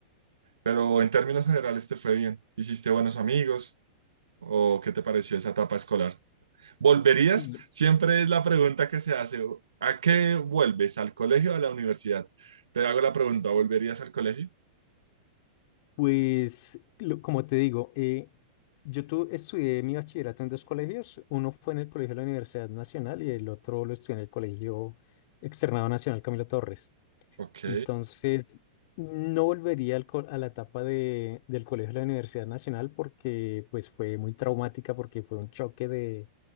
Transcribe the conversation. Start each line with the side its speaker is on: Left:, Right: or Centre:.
Right: Pero en términos generales te fue bien. ¿Hiciste buenos amigos? ¿O qué te pareció esa etapa escolar? ¿Volverías?
Left: Sí,
Right: Siempre es la pregunta que se hace. ¿A qué vuelves? ¿Al colegio o a la universidad? Te hago la pregunta, ¿volverías al colegio?
Left: Pues, lo- como te digo, eh, yo tu- estudié mi bachillerato en dos colegios. Uno fue en el colegio de la Universidad Nacional y el otro lo estudié en el colegio externado nacional Camilo Torres.
Right: Ok.
Left: Entonces, no volvería al co- a la etapa de, del colegio de la Universidad Nacional porque pues fue muy traumática, porque fue un choque de